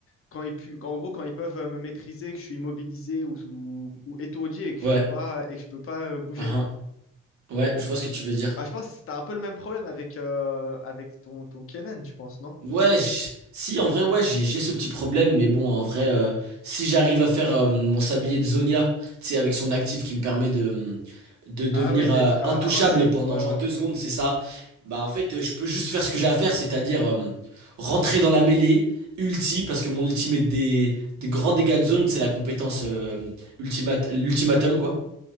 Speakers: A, on the left; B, on the right.
A: Quand ils pu... En gros, quand ils peuvent euh, me maîtriser, que je suis immobilisé ou, ou, ou étourdi et que
B: Ouais.
A: je peux pas, et que je peux pas euh, bouger.
B: Uhum. Ouais, je vois ce que tu veux dire.
A: Bah, je pense que t'as un peu le même problème avec, euh, avec ton, ton Kennen, je pense, non?
B: Ouais, j- si, en vrai, ouais, j'ai j'ai ce petit problème, mais bon, en vrai, euh, si j'arrive à faire euh, mon sablier de Zonia, tu sais, avec son actif qui me permet de, de devenir
A: Ah oui, d'être
B: euh,
A: euh,
B: intouchable
A: invincible.
B: pendant
A: Ouais,
B: genre
A: ouais,
B: deux
A: ouais.
B: secondes, c'est ça, bah en fait, euh, je peux juste faire ce que j'ai à faire, c'est-à-dire euh, rentrer dans la mêlée, ulti, parce que mon ulti met des, des grands dégâts de zone, c'est la compétence euh, ultimate- l'ultimatum, quoi.